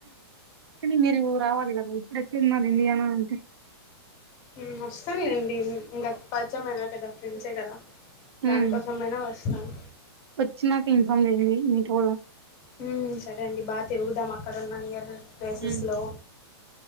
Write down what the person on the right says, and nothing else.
కాని మీరు రావాలి కదా ఇప్పుడు ఎక్కడున్నారు ఇండియా నా అంటే
ఉం
వచ్చినాక ఇన్ఫామ్ చేయండి మీతో
ఉమ్